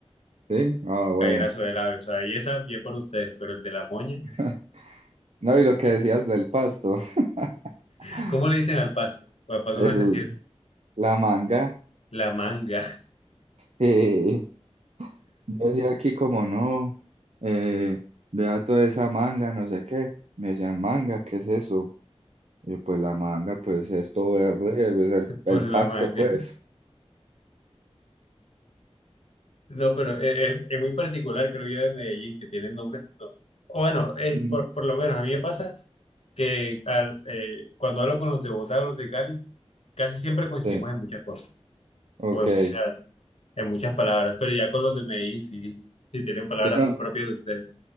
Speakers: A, on the right (about 70°); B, on the left (about 65°).
A: sí, ah,
B: Gallinazo
A: bueno.
B: del ave, o sea, y esa bien por ustedes, pero el de la moña,
A: <laughs> No, y lo que decías del pasto, <laughs>
B: <laughs> ¿cómo le dicen al pasto? Papá, ¿cómo
A: el,
B: se dice?
A: la manga,
B: La manga,
A: eh, yo decía aquí como no, eh, vea toda esa manga, no sé qué. Me decían, manga, ¿qué es eso? Y yo, pues la manga, pues esto verde, pues el,
B: <laughs>
A: el
B: pues la
A: pasto,
B: manga.
A: pues.
B: No, pero eh, es, es muy particular, creo yo, de Medellín, que tienen nombres. no. O bueno, eh,
A: Mm,
B: por, por lo menos a mí me pasa que al, eh, cuando hablo con los de Bogotá o los de Cali, casi siempre coincidimos
A: Sí,
B: en muchas cosas,
A: ok.
B: o en muchas, en muchas palabras, pero ya con los de Medellín sí, sí tienen palabras
A: Sí, no.
B: muy propias de ustedes.